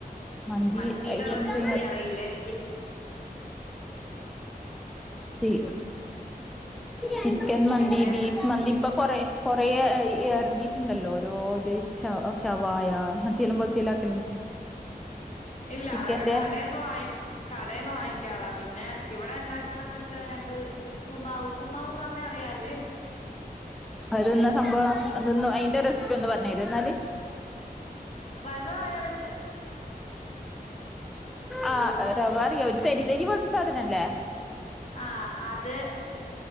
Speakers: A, in the centre; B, on the left (about 45°).
A: മന്തി
B: മന്തീടെ
A: ഐറ്റംസ്
B: റെസിപ്പി അറിയില്ല എനിക്ക്
A: സി ചിക്കൻ മന്തി
B: പിന്നേന്ന്
A: ബീഫ് മന്തി ഇപ്പൊ കൊറെ കൊറേ എറങ്ങിയിട്ടുണ്ടല്ലോ ഓരോ ഇത് ഷ ഷവായ <unintelligible>
B: ഇല്ല
A: ചിക്കന്റെ
B: അതൊക്കെ കടേ ന്നു വായി കടേന്ന് വാങ്ങിക്കാറാ പിന്നെ ഇവിടെണ്ടാക്കുന്നെന്ന് വെച്ചാ ഞങ്ങള് ഉമ് ഉപ്പുമാവ് ഉപ്പ്മാവ്ന്ന് പറഞ്ഞ അറിയാല്ലേ
A: അരുന്ന സംഭവം അതൊന്ന് അതിന്റെ റെസിപ്പി ഒന്ന് പറഞ്ഞ് തരോ എന്നാല്
B: വേ വ ആഴ വെ
A: ആ റവാ യോ തരി തരി പോലത്തെ സാധനല്ലേ
B: ആ അത്